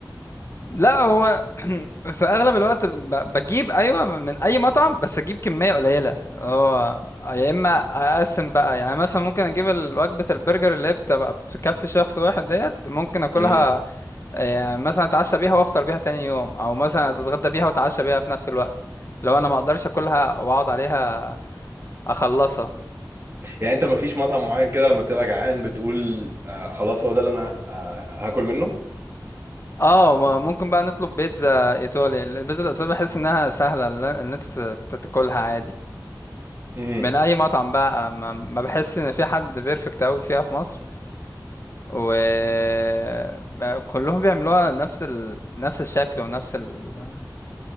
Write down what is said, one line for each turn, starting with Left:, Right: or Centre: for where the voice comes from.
Left: لا هو <clears throat> في اغلب الوقت ب- بجيب ايوه من اي مطعم بس اجيب كميه قليله هو يا اما اقسم بقى يعني مثلا ممكن اجيب ال- وجبه البرجر اللي هي بتبقى بتكفي شخص واحد ديت ممكن اكلها
Right: امم
Left: يعني مثلا اتعشى بيها وافطر بيها تاني يوم او مثلا اتغدى بيها واتعشى بيها في نفس الوقت لو انا ما اقدرش اكلها واقعد عليها اخلصها
Right: يعني انت ما فيش مطعم معين كده لما تبقى جعان بتقول آه خلاص هو ده اللي انا آه هاكل منه
Left: اه ما- ممكن بقى نطلب بيتزا ايطالي البيتزا الايطالي بحس انها سهله ل- ان انت تت- تاكلها عادي
Right: مم.
Left: من اي مطعم بقى ما, ما بحس ان في حد بيرفكت قوي فيها في مصر وكلهم بيعملوها نفس ال... نفس الشكل ونفس ال...